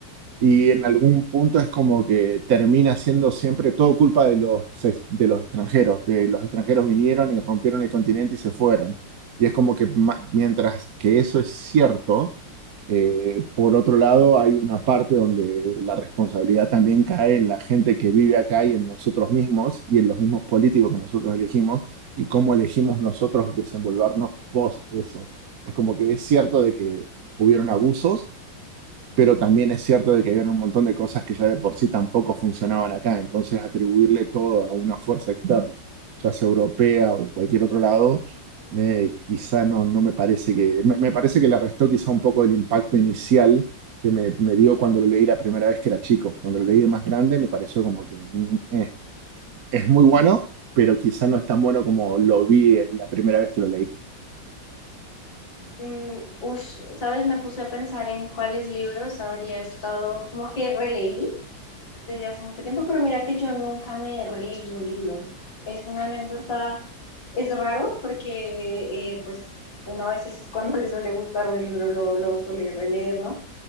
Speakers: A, on the right; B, on the left.
A: y en algún punto es como que termina siendo siempre todo culpa de los, ex- de los extranjeros, que los extranjeros vinieron y rompieron el continente y se fueron. Y es como que ma- mientras que eso es cierto, eh, por otro lado, hay una parte donde la responsabilidad también cae en la gente que vive acá y en nosotros mismos y en los mismos políticos que nosotros elegimos y cómo elegimos nosotros desenvolvernos post eso. Es como que es cierto de que hubieron abusos, pero también es cierto de que había un montón de cosas que ya de por sí tampoco funcionaban acá, entonces atribuirle todo a una fuerza externa, ya sea europea o de cualquier otro lado, eh, quizá no, no me parece que, me, me parece que le restó quizá un poco el impacto inicial que me, me dio cuando lo leí la primera vez que era chico, cuando lo leí de más grande me pareció como que mm, eh, es muy bueno, pero quizá no es tan bueno como lo vi en la primera vez que lo leí.
B: Mm, ush, ¿sabes? Me puse a pensar en cuáles libros habría estado, como que releí desde hace mucho tiempo, pero mira que yo nunca me he releído un libro. Es una anécdota, es raro porque eh, pues uno a veces cuando le suele gustar un libro lo, lo suele releer, ¿no?